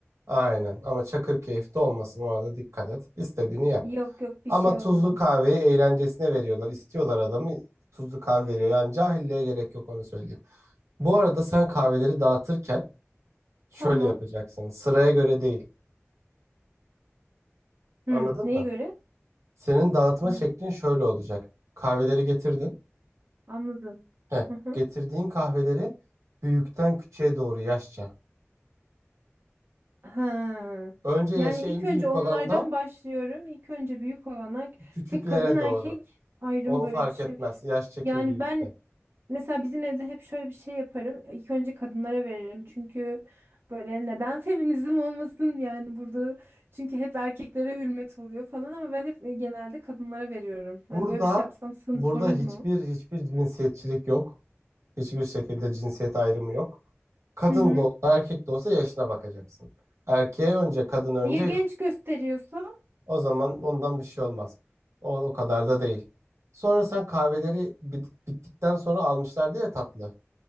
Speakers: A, on the right; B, on the right.
A: Aynen ama Çakırkeyif'te olmasın ona da dikkat et. İstediğini yap.
B: Yok yok bir
A: Ama
B: şey
A: tuzlu
B: olmaz.
A: kahveyi eğlencesine veriyorlar. İstiyorlar adamı tuzlu kahve veriyor. Yani cahilliğe gerek yok onu söyleyeyim. Bu arada sen kahveleri dağıtırken şöyle
B: Tamam.
A: yapacaksın. Sıraya göre değil.
B: Hı,
A: Anladın
B: neye
A: mı?
B: göre?
A: Senin dağıtma
B: Hı,
A: şeklin şöyle olacak. Kahveleri getirdin.
B: anladım.
A: Heh,
B: Hı hı.
A: getirdiğin kahveleri büyükten küçüğe doğru yaşça.
B: Ha.
A: Önce yaşı
B: Yani ilk
A: en
B: önce
A: büyük
B: onlardan
A: olandan
B: başlıyorum. İlk önce büyük olanlar.
A: küçüklere
B: Peki kadın erkek
A: doğru.
B: ayrım
A: O
B: böyle
A: fark
B: bir şey.
A: etmez. Yaş çekim
B: Yani
A: büyükte.
B: ben Mesela bizim evde hep şöyle bir şey yaparım. İlk önce kadınlara veririm. Çünkü böyle neden feminizm olmasın yani burada. Çünkü hep erkeklere hürmet oluyor falan ama ben hep genelde kadınlara veriyorum. Yani
A: Burada
B: böyle bir şey yapsam sın-
A: burada
B: sorun
A: hiçbir
B: mu?
A: hiçbir cinsiyetçilik yok. Hiçbir şekilde cinsiyet ayrımı yok. Kadın
B: Hı hı.
A: da olsa erkek de olsa yaşına bakacaksın. Erkeğe önce kadın önce
B: Ya genç
A: yok.
B: gösteriyorsa?
A: O zaman ondan bir şey olmaz. O, o kadar da değil. Sonra sen kahveleri bit- bittikten sonra almışlardı ya tatlı.